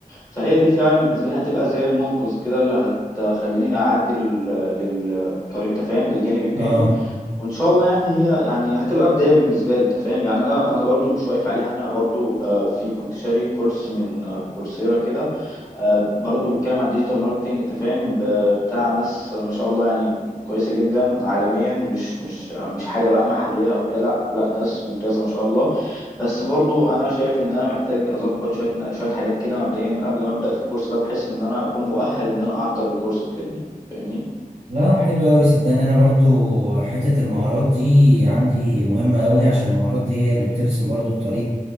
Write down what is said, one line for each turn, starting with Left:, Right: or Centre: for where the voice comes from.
Left: فهي دي فعلا بالنسبة لي هتبقى زي المنقذ كده اللي هتخليني أعدي لل... للطريق أنت فاهم للجانب التاني
Right: اه
Left: وان شاء الله يعني هي يعني هتبقى بدايه بالنسبه لي انت فاهم يعني انا انا برضو مش واقف عليها انا برضو آه، في كنت شاري كورس من آه، كورسيرا كده آه، برضو بيتكلم عن الديجيتال ماركتينج انت فاهم ب- بتاع ناس ما شاء الله يعني كويسه جدا عالميا مش مش مش حاجه بقى محليه او كده لا لا ناس ممتازه ما شاء الله بس برضو انا شايف ان انا محتاج اظبط شويه شويه حاجات كده مبدئيا قبل ما ابدا في الكورس ده بحيث ان انا اكون مؤهل ان انا احضر الكورس وكده يعني فاهمني
Right: لا حلو قوي صدقني انا برضو حتة المهارات دي عندي مهمة قوي عشان المهارات دي هي اللي بترسم برضو الطريق